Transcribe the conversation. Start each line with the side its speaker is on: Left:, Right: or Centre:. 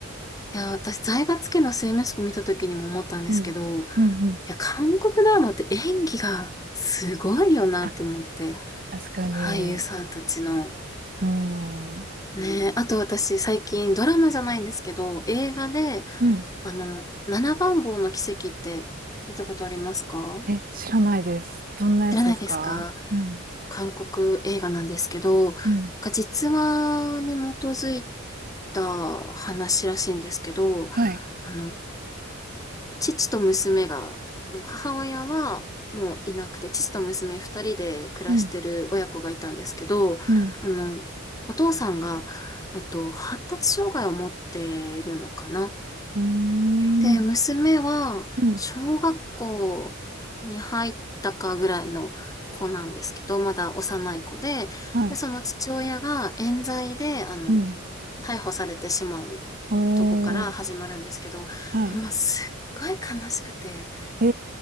Left: いや、私、財閥家の末息子見た時にも思ったんですけど、
Right: うん。
Left: い
Right: うんうん。
Left: や、韓国ドラマって演技がすごいよなって思って、
Right: あ、確かに。
Left: 俳優さんたちの。
Right: うん。うん。
Left: ねえ、あと私、最近ドラマじゃないんですけど、映画で、
Right: うん。
Left: あの、七番坊の奇跡って見たことありますか
Right: え、知らないです。どんなやつですかうん。
Left: 知らないですか韓国映画なんですけど、なんか実話に基づい
Right: うん。
Left: た話らしいんですけど、
Right: はい。
Left: あの、父と娘が、母親はもういなくて、父と娘二人で暮らしてる親子がいたんですけど、
Right: うん。うん。
Left: あの、お父さんが、えっと、発達障害を持ってるのかな
Right: うーん。
Left: で、娘は、
Right: うん。
Left: 小学校に入ったかぐらいの子なんですけど、まだ幼い子で、
Right: はい。
Left: で、その父親が冤罪で、あの、
Right: うん。
Left: 逮捕されてしまうとこから始まるんですけど、
Right: おー。はい。
Left: もうすっごい悲しくて、
Right: え